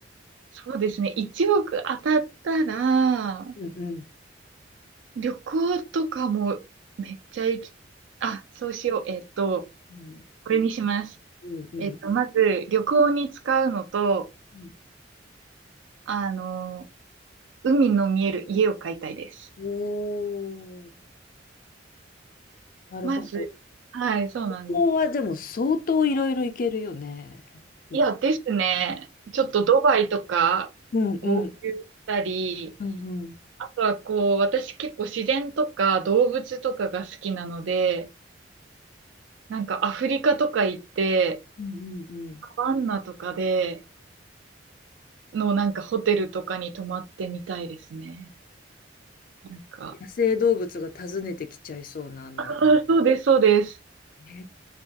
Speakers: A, on the right; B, on the left.
A: そうですね。1億当たったら、
B: うんうん。
A: 旅行とかもめっちゃ行き、あ、そうしよう。えっと、
B: うん
A: これにします。
B: うんうん。
A: えっと、まず、旅行に使うのと、
B: うん
A: あの、海の見える家を買いたいです。
B: おー、なるほど。
A: まず、はい、そうなんです。
B: ここはでも相当いろいろいけるよね。い
A: いや、ですね。ちょっとドバイとか、
B: うんうん。
A: 合流したり、
B: うんうん。
A: あとはこう、私結構自然とか動物とかが好きなので、なんかアフリカとか行って、
B: うんうんうん。
A: サバンナとかでのなんかホテルとかに泊まってみたいですね。なんか、
B: 野生動物が訪ねてきちゃいそうな、あの、
A: あーそうです、そうです。
B: へ